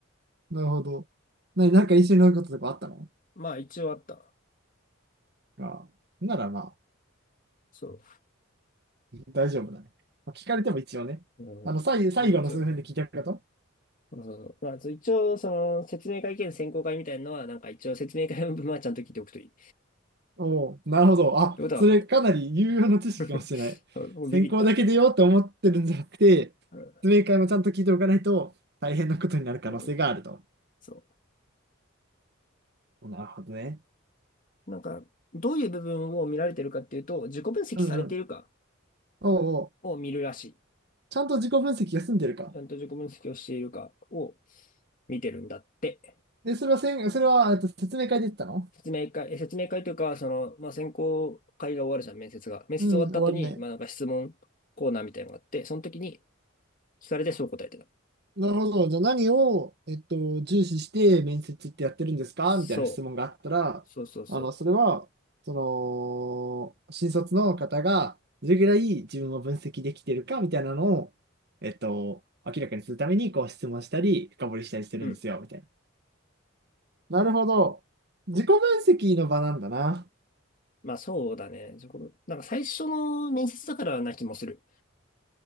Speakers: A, on the right; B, on the left.
A: なるほど。なに、なんか一緒に乗ることとかあったの
B: まあ一応あった。
A: ああ。ならまあ、
B: そ
A: 大丈夫だね。まあ聞かれても一応ね。
B: う。
A: あの、最、最後の数分で聞いたこと
B: うん、一応。そうそうそう。まあそう一応、その説明会兼選考会みたいなのは、なんか一応説明会の分はちゃんと聞いておくといい。っ
A: おお、なるほど。あ、
B: てことは分かった。
A: それかなり有用な知識かもしれない。
B: <laughs> うんもうビビった。
A: 専攻だけでよって思ってるんじゃなくて、
B: うん
A: 説明会もちゃんと聞いておかないと大変なことになる可能性があると。
B: どそ
A: なるほどね。
B: う。なんか、どういう部分を見られてるかっていうと、自己分析されているか
A: うんうん。おうおう、
B: を見るらしい。
A: ちゃんと自己分析が済んでるか。
B: ちゃんと自己分析をしているかを見てるんだって。
A: え、それはせん、それは、えっと、説明会で言ったの
B: 説明会、え説明会というか、その、まあ、選考会が終わるじゃん、面接が。面接終わった後に、
A: うん、終わるね。
B: まあ、なんか質問コーナーみたいなのがあって、その時に聞かれてそう答えてた。
A: なるほど。じゃあ何を、えっと、重視して面接ってやってるんですかみたいな質問があったら、
B: そう。そうそうそ
A: あの、それは、その、新卒の方がどれぐらい自分を分析できてるかみたいなのを、えっと、明らかにするために、こう質問したり、深掘りしたりしてるんですよ、
B: う。うん。
A: みたいな。なるほど。自己分析の場なんだな。
B: まあ、そうだね。そこなんか最初の面接だからな気もする。